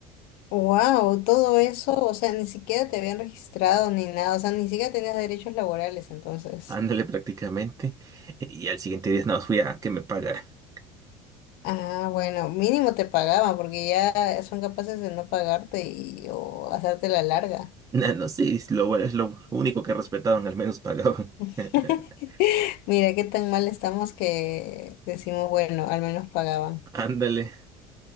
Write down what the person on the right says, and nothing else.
Ándale prácticamente. Y al siguiente día nada más fui a que me pagaran. <laughs>
No, no, sí, es lo bueno, es lo único que respetaban, al menos pagaban.
<laughs>
Ándale.